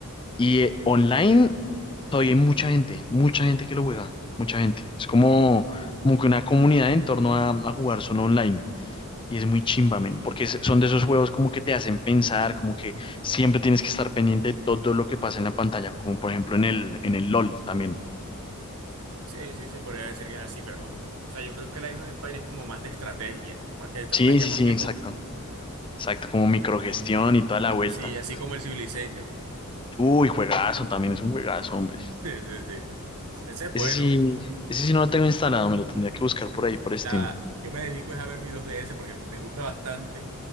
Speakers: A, on the left; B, on the right.
A: Y eh, online todavía hay mucha gente, mucha gente que lo juega. Mucha gente. Es como, como que una comunidad en torno a, a jugar solo online. Y es muy chimba, men, porque es- son de esos juegos como que te hacen pensar, como que siempre tienes que estar pendiente de todo lo que pasa en la pantalla, como por ejemplo en el, en el LOL también.
B: Sí, sí, se podría decir que es así, pero. O sea, yo creo que la Age of Empires es como más de estrategia, más de estrategia
A: Sí, sí,
B: más
A: sí,
B: que
A: exacto.
B: todo.
A: Exacto, como microgestión y toda la vuelta.
B: Sí, así como el Civilization. <laughs>
A: Uy, juegazo, también es un juegazo, hombre.
B: Sí, sí, sí. Ese es bueno.
A: Ese sí,
B: O
A: ese sí no lo tengo instalado, me lo tendría que buscar por ahí, por Steam.
B: sea, yo me dedico es a ver videos de ese porque me gusta bastante,